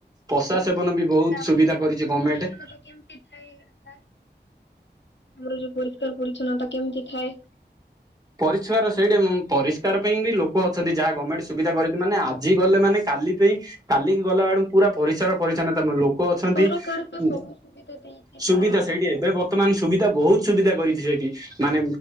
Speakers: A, on the right; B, on the left.
A: ପସାଦ୍
B: ସେଇ
A: ସେବନ ବି
B: ଗୋଟେ
A: ବହୁତ୍
B: ଆମ
A: ସୁବିଧା
B: ପରିଷ୍କାର
A: କରିଚି ଗମେଣ୍ଟେ
B: ପରିଚ୍ଛନ୍ନତା କେମିତି ଆମର ଯଉ ପରିଷ୍କାର ପରିଚ୍ଛନ୍ନତା କେମିତି ଥାଏ?
A: ପରିଷ୍କାର ସେଇଟା ମ ମୁ ପରିଷ୍କାର ପାଇଁ ବି ଲୋକ ଅଛନ୍ତି ଯାହା ଗମେଣ୍ଟ୍ ସୁବିଧା କରିଚି ମାନେ ଆଜି ଗଲେ ମାନେ କାଲି ପେଇଁ କାଲିକି ଗଲା ବେଳକୁ ପୁରା ପରିସାର ପରିଚ୍ଛନ୍ନତା ମିଳୁ ଲୋ ଲୋକ ଅଛନ୍ତି
B: ସରକାର ତ
A: ଉ
B: ସବୁ ସୁବିଧା ଦେଇଛି ସାର୍
A: ସୁବିଧା
B: ଆମକୁ
A: ସେଇଠି ଏବେ ବ ବର୍ତ ମାନେ ସୁବିଧା ବହୁତ ସୁବିଧା କରିଛି ସେଇଠି ମାନେ